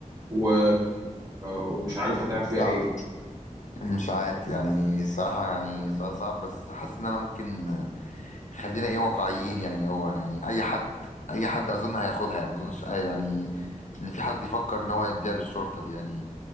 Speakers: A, on the right; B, on the left.
A: و... ومش عارف هتعمل فيها
B: صعب
A: ايه
B: مش عارف يعني الصراحة يعني سؤال صعب بس حاسس إن أنا ممكن آه، خلينا إيه واقعيين يعني هو يعني أي حد أي حد أظن هياخدها يعني ما أظنش آه، يعني إن في حد يفكر إن هو يديها للشرطة دي يعني